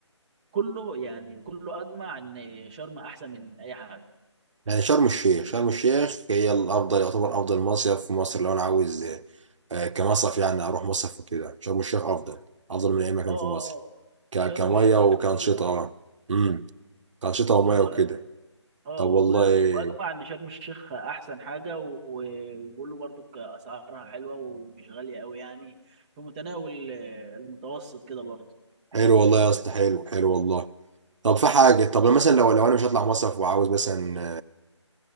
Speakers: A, on the right; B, on the right.
A: كله يعني كله أجمع إن شرم أحسن من أي حاجة
B: يعني شرم الشيخ شرم الشيخ هي الافضل يعتبر افضل مصيف في مصر لو انا عاوز آه، كمصيف يعني اروح مصيف وكده شرم الشيخ افضل افضل من اي مكان
A: اه اه
B: في مصر
A: اه
B: ك-
A: شرم
B: كميه
A: الشيخ
B: وكانشطه
A: كله
B: اه امم كانشطه وميه
A: كله
B: وكده
A: اه
B: طب
A: هو
B: والله
A: كله أجمع إن شرم الشيخ أحسن حاجة و- وبيقولوا برضك أسعارها حلوة ومش غالية أوي يعني في متناول المتوسط كده برضه
B: حلو والله يا اسطى حلو حلو والله طب في حاجه طب مثلا لو لو انا مش هطلع مصيف وعاوز مثلا